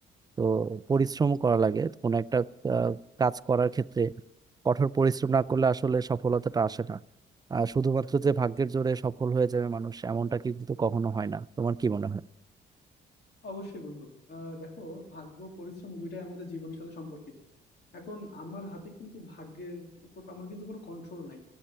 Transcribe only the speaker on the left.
অবশ্যই বন্ধু আহ দেখো ভাগ্য পরিশ্রম দুইটাই আমাদের জীবনের সাথে সম্পর্কিত এখন আমার হাতে কিন্তু ভাগ্যের উপর আমার কিন্তু কোনো কন্ট্রোল নাই